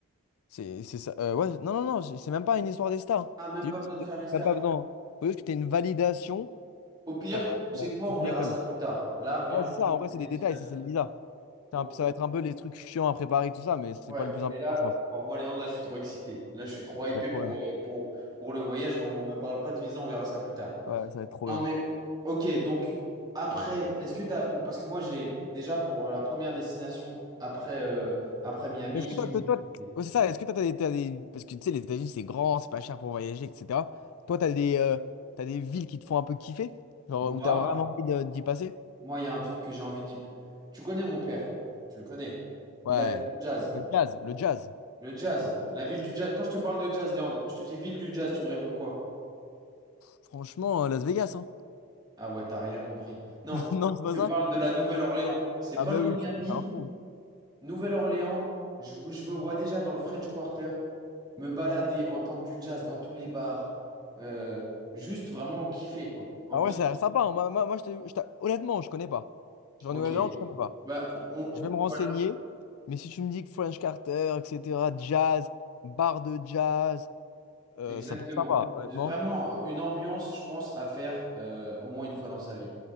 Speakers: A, on the left (about 80°); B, on the right (about 20°).
A: c'est c'est ça. euh, ouais, non, non, non, c'est c'est même pas une histoire des stars. hein.
B: Ah, même
A: C'est
B: pas
A: juste
B: besoin de
A: que
B: faire l'ESTA.
A: t'as pas besoin. hein. Faut juste que tu aies une validation
B: Au pire,
A: euh,
B: tu sais quoi,
A: de
B: on verra
A: l'école.
B: ça plus tard. Là, viens,
A: Ouais,
B: on
A: c'est
B: fait
A: ça.
B: juste
A: En vrai,
B: les
A: c'est des
B: destinations.
A: détails, ça, c'est le visa.
B: On-
A: C'est un- Ça
B: on-
A: va être
B: on-
A: un peu les trucs chiants à préparer, tout ça, mais c'est
B: Ouais,
A: pas le plus important,
B: et là,
A: je pense. Ça
B: moi, Léandre, là, je suis trop excité. Là, je suis trop hypé
A: va être trop
B: pour,
A: bien.
B: euh, pour, pour le voyage. On me parle pas de visa, on verra ça plus tard.
A: Ouais, ça va être trop
B: Non,
A: bien.
B: mais, ok, donc, après, est-ce que t'as Parce que moi, j'ai déjà pour la première destination, après, euh, après Miami,
A: Est-ce que
B: j'ai
A: toi,
B: eu une
A: toi,
B: petite
A: toi-
B: idée.
A: ouais, c'est ça, est-ce que toi, t'as des, t'as des- Parce que tu sais, les États-Unis, c'est grand, c'est pas cher pour voyager, etc. Toi, t'as des, euh, t'as des villes qui te font un peu kiffer? Genre,
B: Moi,
A: où t'as vraiment envie de- d'y passer?
B: Moi, il y a un truc que j'ai envie d'y... Tu connais mon père, tu le connais. Il
A: Ouais.
B: a le jazz.
A: Le jazz, le jazz.
B: Le jazz, la ville du jazz. Quand je te parle de jazz, Léandre, je te dis ville du jazz, tu me réponds quoi?
A: Franchement, euh, Las Vegas, hein.
B: Ah ouais, t'as rien compris. Non,
A: <laughs> Non, c'est pas
B: je
A: ça?
B: te parle de la Nouvelle-Orléans. C'est
A: Ah
B: pas
A: bah
B: loin
A: oui,
B: de Miami.
A: je suis je suis un fou.
B: Nouvelle-Orléans, je, je me vois déjà dans le French Quarter, me balader, entendre du jazz dans tous les bars. Euh, juste vraiment kiffer, quoi. En
A: Ah
B: plus,
A: ouais, ça a l'air sympa. hein. Moi, moi, moi, je te- je t'a- honnêtement, je connais pas. Genre,
B: ok.
A: Nouvelle-Zélande, je connais pas.
B: Bah, on,
A: Je
B: on-
A: vais me renseigner,
B: voilà.
A: mais si tu me dis que French Carter, etc., jazz, bar de jazz, euh,
B: Exactement.
A: ça peut être sympa, honnêtement.
B: J'ai vraiment une ambiance, je pense, à faire euh, au moins une fois dans sa vie.